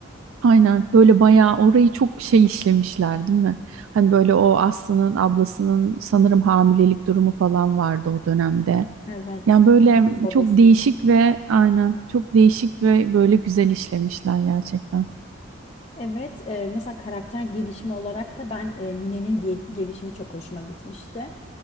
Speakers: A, on the right (about 85°); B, on the left (about 30°).
A: Aynen böyle bayağı orayı çok şey işlemişler değil mi? Hani böyle o Aslı'nın ablasının sanırım hamilelik durumu falan vardı o dönemde.
B: Evet.
A: Yani böyle
B: Babası.
A: çok değişik ve aynen çok değişik ve böyle güzel işlemişler gerçekten.
B: Evet, e, mesela karakter gelişimi olarak da ben e, Mine'nin gel- gelişimi çok hoşuma gitmişti.